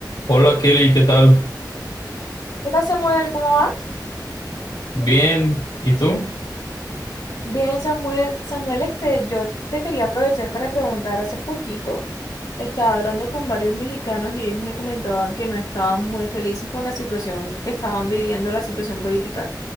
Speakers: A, on the left; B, on the left.
A: Hola Kelly, ¿qué tal?
B: Hola Samuel, ¿cómo vas?
A: Bien, ¿y tú?
B: Bien, Samuel. Samuel, este, yo te te quería aprovechar para preguntar. Hace poquito estaba hablando con varios mexicanos y ellos me comentaban que no estaban muy felices con la situación que estaban viviendo, la situación política.